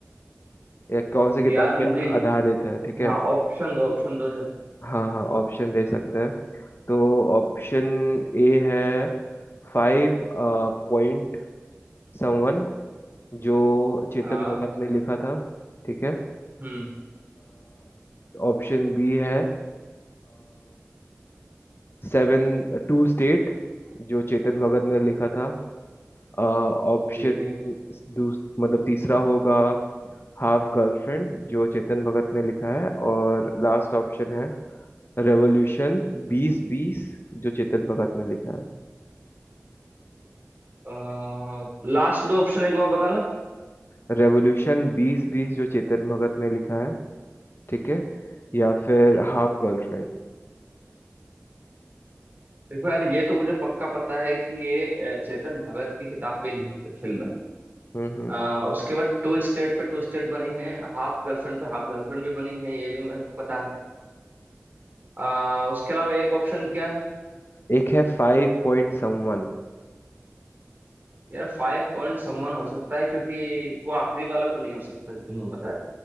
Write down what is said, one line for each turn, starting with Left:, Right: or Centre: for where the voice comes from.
Left: या कौन सी किताब
Right: यार
Left: पे
Right: मुझे
Left: आधारित है ठीक है
Right: हाँ ऑप्शन दो ऑप्शन दो जरा
Left: हाँ हाँ ऑप्शन दे सकते हैं तो ऑप्शन ए है फाइव पॉइंट समवन जो चेतन
Right: हाँ
Left: भगत ने लिखा था ठीक है
Right: हम्म
Left: ऑप्शन बी है सेवन टू स्टेट जो चेतन भगत ने लिखा था ऑप्शन
Right: ठीक है
Left: दूस मतलब तीसरा होगा हाफ गर्लफ्रेंड जो चेतन भगत ने लिखा है और लास्ट ऑप्शन है रेवोल्यूशन बीस बीस जो चेतन भगत ने लिखा
Right: आ, लास्ट दो ऑप्शन एक बार बताना
Left: है रेवोल्यूशन बीस बीस जो चेतन भगत ने लिखा है ठीक है या फिर हाफ गर्लफ्रेंड
Right: देखो यार ये तो मुझे पक्का पता है कि ये अ, चेतन भगत की किताब पे ली फिल्म है
Left: हम्म हम्म
Right: अ, उसके बाद टू स्टेट पे टू स्टेट बनी है हाफ गर्लफ्रेंड पे हाफ गर्लफ्रेंड भी बनी है ये भी मेरे को पता है अ, उसके अलावा एक ऑप्शन क्या है
Left: एक है फाइव पॉइंट समवन
Right: यार फाइव पॉइंट समवन हो सकता है क्योंकि वो आखिरी वाला तो नहीं हो सकता जो तुमने बताया था।